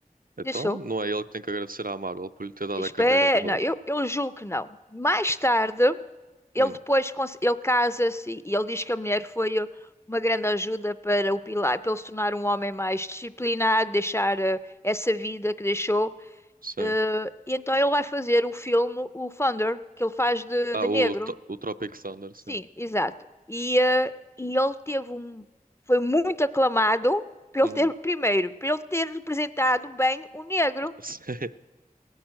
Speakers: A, on the right; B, on the left.
A: Então,
B: Deixou.
A: não é ele que tem que agradecer à Marvel por lhe ter dado
B: Espera,
A: a carreira de volta.
B: não, eu, eu julgo que não. Mais tarde. ele
A: Hum,
B: depois cons- ele casa-se e ele diz que a mulher foi uh, uma grande ajuda para o Pilar, para ele se tornar um homem mais disciplinado, deixar eh, essa vida que deixou.
A: sim.
B: Eh, e então ele vai fazer o filme, o Thunder, que ele faz de,
A: Ah,
B: de
A: o,
B: negro.
A: To- o Tropic Thunder, sim.
B: Sim, exato. E, eh, e ele teve um, foi muito aclamado pelo
A: Uhum.
B: ter, primeiro, pelo ter representado bem o negro.
A: <laughs>